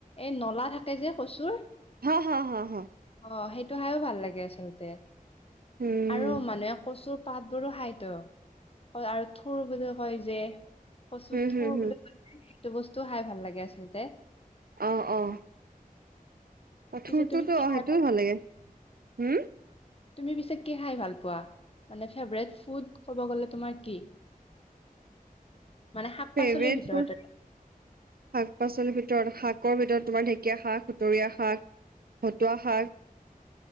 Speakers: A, on the left; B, on the right.
A: এই নলা থাকে যে কচুৰ।
B: হাঁ হাঁ হাঁ হাঁ।
A: অঁ' সেইটো খাইও ভাল লাগে আচলতে
B: উম
A: আৰু মানুহে কচুৰ পাতবোৰো খাইতো আৰু থোৰ বুলি কয় যে কচুৰ
B: হম
A: থোৰ
B: হম হম
A: বুলি কয় সেইটো বস্তু খাই ভাল লাগে আচলতে।
B: অঁ অঁ। অঁ, ‌
A: পিছে
B: ঠুৰটোতো
A: তুমি কি
B: অঁ'
A: খাই
B: সেইটোও ভাল লাগে। হ'ম?
A: তুমি পিছে কি খাই ভাল পোৱা মানে ফেভাৰেট ফুড ক'ব গ'লে তোমাৰ কি? <unintelligible> পাচলিৰ
B: ফেভৰেট
A: ভিতৰত
B: ফুড
A: আৰু।
B: শাক-পাচলিৰ ভিতৰত শাকৰ ভিতৰত তোমাৰ ঢেকীয়া শাক, সুতৰীয়া শাক খুতুৱা শাক